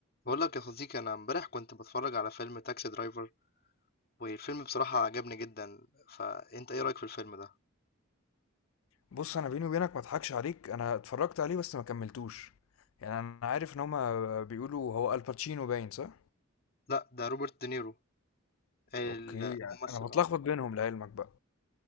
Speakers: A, on the left; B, on the left.
A: بقول لك يا صديقي انا امبارح كنت بتفرج على فيلم تاكسي درايفر والفيلم بصراحة عجبني جدا فانت ايه رأيك في الفيلم ده
B: بص انا بيني وبينك ما اضحكش عليك انا اتفرجت عليه بس ما كملتوش يعني انا عارف ان هما بيقولوا هو الباتشينو باين صح
A: لا ده روبرت دينيرو ال-
B: اوكي
A: الممثل
B: انا بتلخبط
A: اه
B: بينهم لعلمك بقى